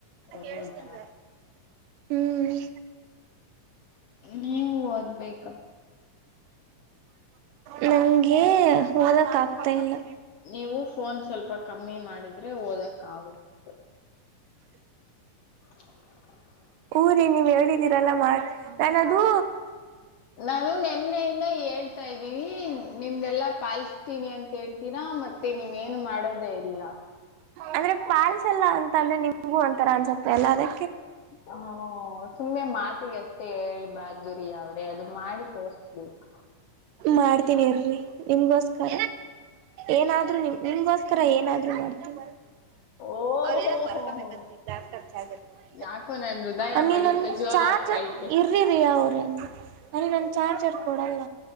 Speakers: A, on the left (about 75°); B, on the right (about 85°).
A: ಹೌದಾ
B: ಕೇಳ್ಸ್ತಿಲ್ವೇ ಹ್ಮ
A: ನೀವು ಓದ್ಬೇಕ
B: ನಂಗೆ ಓದಕ್ ಆಗ್ತಾ ಇಲ್ಲ
A: ನೀವು ಫೋನ್ ಸ್ವಲ್ಪ ಕಮ್ಮಿ ಮಾಡಿದ್ರೆ ಓದಕ್ ಆಗುತೆ <inaudible>
B: ಹು ರಿ ನೀವ್ ಹೇಳಿದೀರಲ್ಲ ಮಾಡ್ ನಾನ್ ಅದು
A: ನಾನು ನೆನ್ನೆಯಿಂದ ಹೇಳ್ತಾ ಇದ್ದೀವಿ ನಿಮ್ದೆಲ್ಲಾ ಪಾಲಿಸತೀನಿ ಅಂತ ಹೇಳ್ತೀರಾ ಮತ್ತೆ ನೀವ್ ಏನು ಮಾಡೋದೇ ಇಲ್ಲ
B: ಅಂದ್ರೆ ಪಾಲ್ಸ್ ಎಲ್ಲಾ ಅಂತ ಅಂದ್ರೆ ನಿಮ್ಗೂ ಒಂತರ ಅನ್ಸುತೆ ಎಲ್ಲ ಅದೆ
A: ಹ ಸುಮ್ಮ್ನೆ ಮಾತಿಗೆ ಅಷ್ಟೇ ಹೇಳ್ಬಾರ್ದ ರಿ ಅವ್ರೆ ಅದು ಮಾಡಿ ತೋರ್ಸ್ಬೇಕ್
B: ಮಾಡ್ತೀನಿ ರೀ ನಿಮ್ಗೋಸ್ಕರ ಏನಾದ್ರು ನಿಮ್ ನಿಮ್ಗೋಸ್ಕ ಕರ ಏನಾದ್ರು ಮಾಡ್ತೀನಿ
A: ಓಹೋ
B: ಅವ್ರೇನೊ ಬರಕೊಬೇಕಂತೆ
A: ಹೋ ಹೋ
B: ಲ್ಯಾಪ್ಟಾಪ್ ಚಾರ್ಜರ್ ಕೊಡು
A: ಯಾಕೋ ನನ್ ಹೃದಯ
B: ಅಮ್ಮಿ
A: ಬಡಿತ
B: ನನ್
A: ಜೋರ್
B: ಚಾರ್ಜರ್
A: ಆಗ್ತಾ ಐತೆ
B: ಇರಿರೀ ಅವ್ರೇನು ನನಗ್ ನನ್ನ ಚಾರ್ಜರ್ ಕೊಡಲ್ಲ